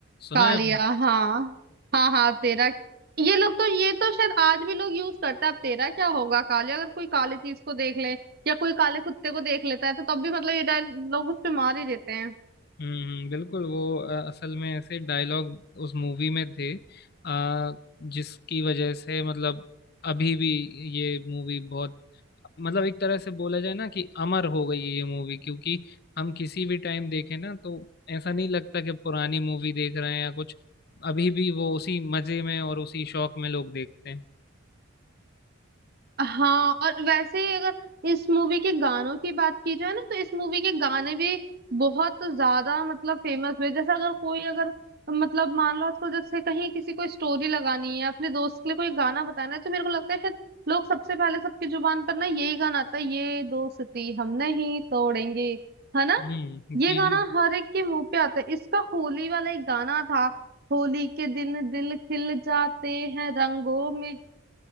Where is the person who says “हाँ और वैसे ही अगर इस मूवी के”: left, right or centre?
Right